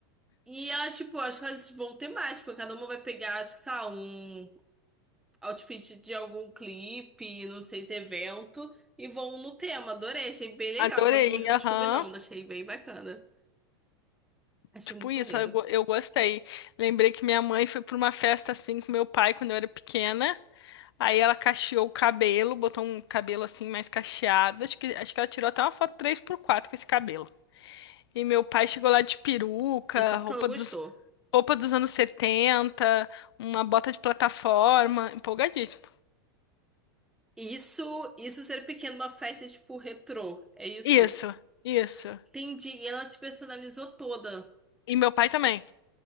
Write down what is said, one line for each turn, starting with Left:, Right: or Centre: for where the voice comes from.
Centre: E elas, tipo, acho que elas vão ter mais, porque cada uma vai pegar, acho que, sei lá, um outfit de algum clipe, não sei se é evento, e vão no tema. Adorei, achei bem legal
Left: Adorei,
Centre: que elas vão juntas
Left: aham.
Centre: combinando, achei bem bacana. Achei
Left: Tipo
Centre: muito
Left: isso,
Centre: maneiro.
Left: eu, go- eu gostei. Lembrei que minha mãe foi pra uma festa assim com meu pai quando eu era pequena. Aí ela cacheou o cabelo, botou um cabelo assim mais cacheado. Acho que, acho que ela tirou até uma foto três por quatro com esse cabelo. E meu pai chegou lá de peruca,
Centre: De tudo
Left: roupa
Centre: que ela gostou.
Left: dos, roupa dos anos setenta uma bota de plataforma, empolgadíssimo.
Centre: E Isso, isso ser pequeno, uma festa tipo retrô. É isso?
Left: Isso, isso.
Centre: Entendi. E ela se personalizou toda.
Left: E meu pai também.